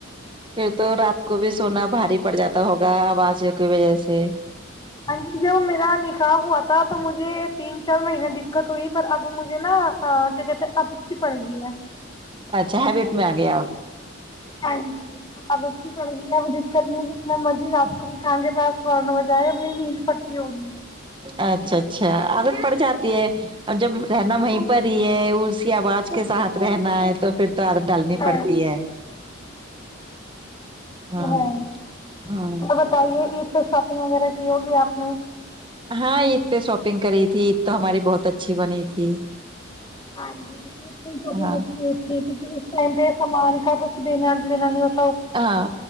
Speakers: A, on the right (about 25°); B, on the left (about 20°).
A: پھر تو رات کو بھی سونا بھاری پڑ جاتا ہوگا آواز کی وجہ سے
B: ہ جی جب میرا نکاح ہوا تھا تو مجھے تین چار مہینے دقت ہوئی پر اب مجھے نا کیا کہتے ہیں ابتی پڑ گئی ہے
A: اچھا ہی ویٹ میں آ گیا آپ
B: ہاں جی سگت کی پڑے گی <unintelligible> اب دقت نہیں ہے جتنا مرضی آپ کو بھی کان کے پاس سڑن بج جائے ا میند پڑتی ہوی <unintelligible>
A: اچھا اچھا عادت پڑ جاتی ہے ا جب رہنا وہیں پر ہی ہے اسی آواز کے ساتھ رہنا ہے تو پھر تو عادت ڈالنی
B: ج
A: پڑتی ہے ہاں
B: ہے
A: ہاں
B: تو بتائیے عید پہ شاپنگ وغیرہ کی ہوگی آپ ن <unintelligible>
A: ہاں عید پہ شاپنگ کری تھی عید تو ہماری بہت اچھی بنی تھی
B: ہاں جی عید کی شپوینگ
A: ہاں
B: اچھی ہوتی ہے کیونکہ اس ٹائم پہ سامان کا دنا لینا نہی
A: ہاں